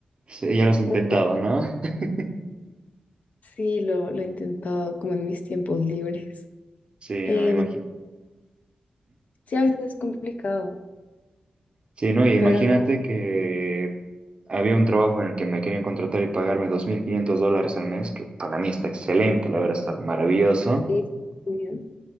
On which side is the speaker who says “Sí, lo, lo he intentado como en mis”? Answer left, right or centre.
Left